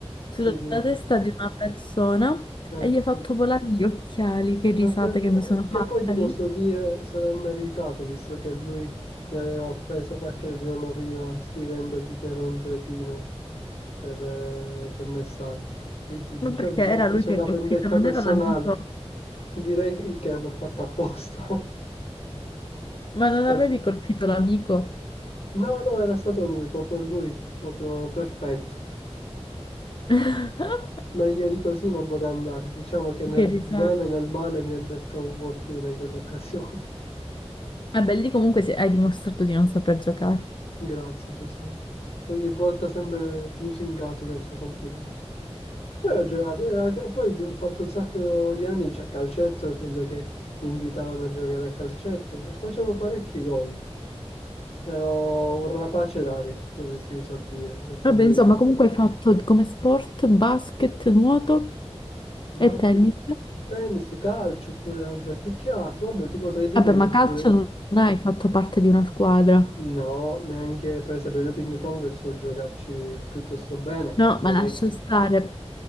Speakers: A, on the left (about 45°); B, on the left (about 65°).
A: sulla
B: Sì, dico,
A: testa di una persona
B: eh,
A: e gli
B: sì.
A: ha fatto volare gli occhiali. Che risate
B: Ho capi-
A: che mi sono
B: Che
A: fatta
B: poi ti posso
A: lì.
B: dire, se l'è meritato, visto che lui mi aveva offeso qualche giorno prima scrivendoti che ero un cretino per, eh, per messaggio. Quindi, diciamo,
A: Ma perché
B: mi sono
A: era
B: preso
A: lui che
B: una
A: ha colpito,
B: vendetta
A: non
B: personale.
A: era l'amico.
B: Ti direi che l'ho fatta apposta. <laughs>
A: Ma non
B: Così.
A: avevi colpito l'amico?
B: No, no, era stato lui, proprio lui, proprio perfetto.
A: <laughs>
B: Meglio di così non poteva andare, diciamo che nel
A: Che
B: bene
A: risate.
B: e nel male mi ha detto fortuna in quell'occasione.
A: Vabbè, lì comunque se- hai dimostrato di non saper giocare.
B: <laughs> Grazie tesoro. Ogni volta sempre lusingato dai suoi complimenti. Poi ho giocato, in realtà poi ho fatto un sacco di anni, cioè calcetto, nel senso che mi invitavano a giocare a calcetto e facevo parecchi gol. Ero un rapace d'aria, come si usa dire, nel senso
A: Vabbè, insomma,
B: che
A: comunque hai fatto come sport basket, nuoto
B: basket,
A: e tennis.
B: tennis, calcio, oppure ho giochicchiato. Vabbè, ti potrei dire
A: Vabbè,
B: che
A: ma calcio
B: pure
A: non hai fatto parte di una squadra.
B: No, neanche per esempio io ping pong so giocarci piuttosto bene, ma
A: No,
B: non
A: ma lascia
B: è...
A: stare.